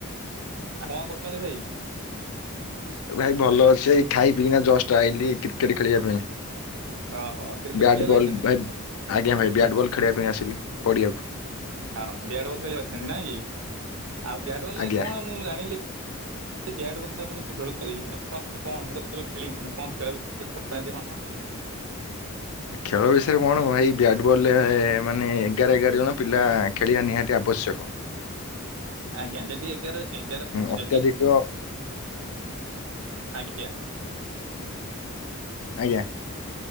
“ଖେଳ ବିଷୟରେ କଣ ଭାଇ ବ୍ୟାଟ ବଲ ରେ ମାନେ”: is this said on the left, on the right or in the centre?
Left